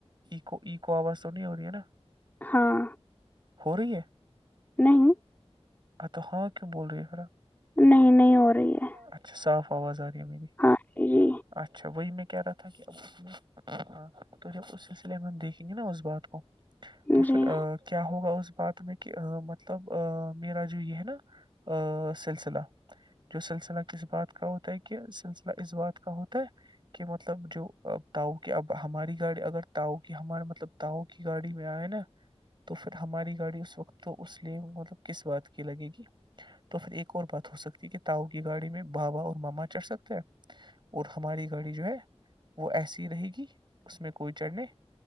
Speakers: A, on the right; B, on the left.
A: ایکو آواز تو نہیں ہوتییا نا
B: ہاں
A: ہو رہی ہے
B: نہیں
A: تو ہاں کیوں بول رہی ہے پرا
B: نہیں نہیں ہو رہی ہے
A: اتھ صاف آواز مری
B: ہاں جی
A: اچھا وہی میں کیاہ رہا تھا کہ اب اس میں ہاں تو جب اس سلسلے میں ہم دیکھیں گے نا اس بات کو
B: جی
A: تو پھر کیا ہوگا اس بات میں کہ مطلب میرا جو یہ ہے نا سلسلہ جو سلسلہ سلسل کس بات کاٮو کہ سلسللہ اس بات کر ہوو کہ مطلب جو تاؤ کی اب ہماری گاڑی اگر تاؤ کی ہمارے مطلب تاؤ کی گاڑی میں آئے نا تو پھر ہماری گاڑی اس وقت تو اس لیے مطلب کس بات کی لگے گی تو پھر ایک اور بات ہو سکتی ہے کہ تاؤ گاڑی میں بابا اور ماما چڑھ سکتے ہیں اور ہماری گاڑی جو ہے وہ ایسی رہے گی اس میں کوئی چڑھنے